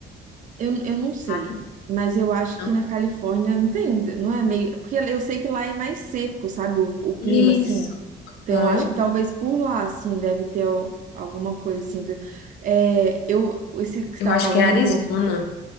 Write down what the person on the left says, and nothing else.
Ah,
não.
Isso.
Hã?
Eu acho
que é Arizona.